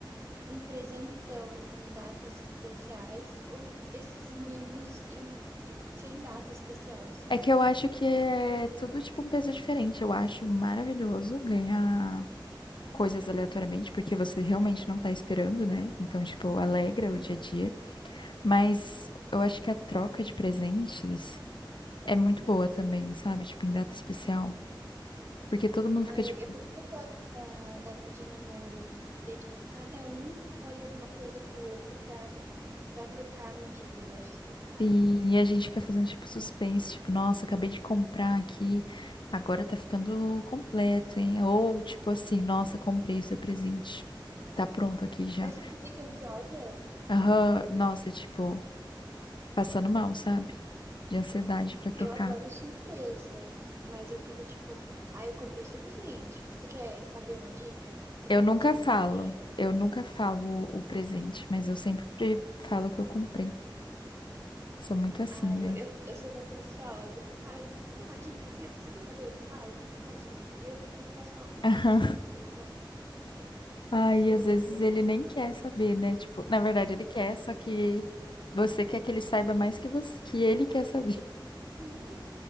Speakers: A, on the right; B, on the left.
A: um presentão em datas especiais ou esses mimos em, em- sem data especial, assim?
B: É que eu acho que é tudo, tipo, um peso diferente. Eu acho maravilhoso ganhar coisas aleatoriamente, porque você realmente não tá esperando, né? Então, tipo, alegra
A: Uhum.
B: o dia a dia. Mas eu acho que a troca de presentes. é muito boa também, sabe? Tipo, em data especial. Porque todo mundo
A: Aí,
B: fica, tipo,
A: é por isso que eu gosto da data de namoro ali, porque daí, tipo, cada um escolhe alguma coisa pro outro pra, pra trocar no dia. Eu acho isso muito massa.
B: e, e a gente fica fazendo, tipo, suspense, tipo, nossa, acabei de comprar aqui, agora tá ficando completo, hein? Ou, tipo assim, nossa, comprei o seu presente, tá pronto aqui já.
A: Mas você fica ansiosa?
B: Aham, nossa, tipo, passando mal, sabe? De ansiedade pra trocar.
A: Eu adoro surpresa, mas eu fico tipo, ah, eu comprei o seu presente. Você quer saber uma dica? Você
B: Eu
A: quer
B: nunca
A: uma dica
B: falo,
A: do que que é?
B: eu nunca falo o presente, mas eu sempre falo o que eu comprei. Sou muito assim,
A: Ah, eu,
B: velho.
A: eu, eu sou muito ansiosa, eu fico, ai, você quer uma dica? Você, você quer saber de quais? Não, se você pediu, eu eu posso falar um pouquinho
B: <laughs>
A: só. Eu vou falar só um pouquinho.
B: ai
A: Eu sei
B: às
A: esse
B: vezes
A: tipo de pessoa.
B: ele nem quer saber, né? Tipo, na verdade ele quer, só que você quer que ele saiba mais que você, que ele quer saber.
A: Sim,